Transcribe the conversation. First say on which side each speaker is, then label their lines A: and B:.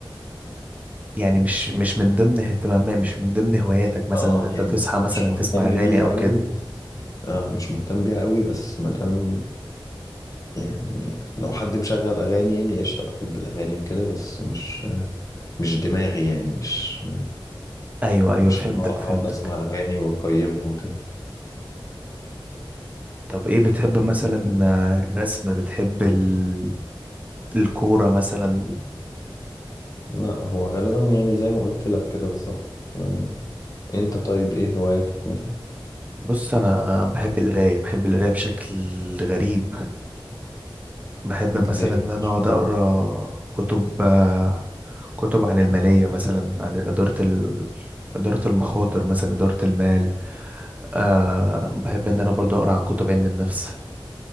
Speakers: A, on the right; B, on the left.
A: يعني مش مش من ضمن اهتمامات مش من ضمن هواياتك مثلا
B: اه
A: ان انت
B: يعني
A: تصحى مثلا
B: مش مهتم
A: تسمع اغاني
B: بيها
A: او
B: قوي
A: كده
B: بس اه مش مهتم بيها قوي بس مادام يعني لو حد مشغل أغاني يعني قشطة بحب الأغاني وكده بس مش مش دماغي يعني مش
A: ايوه ايوه
B: مش
A: فهمتك
B: اللي هو
A: فهمتك
B: اقعد اسمع اغاني واقيمها وكده
A: طب ايه بتحب مثلا آه، الرسم بتحب ال... الكورة مثلا
B: لا هو غالبا يعني زي ما قلت لك كده بالظبط آه، انت طيب ايه هواياتك مثلا
A: بص انا بحب القراية بحب القراية بشكل غريب بحب
B: ليه
A: مثلا ان انا
B: مش
A: اقعد
B: معنى
A: اقرا كتب آه، كتب عن المالية مثلا عن إدارة ال... إدارة المخاطر مثلا إدارة المال أه بحب إن أنا برضو أقرأ عن كتب علم النفس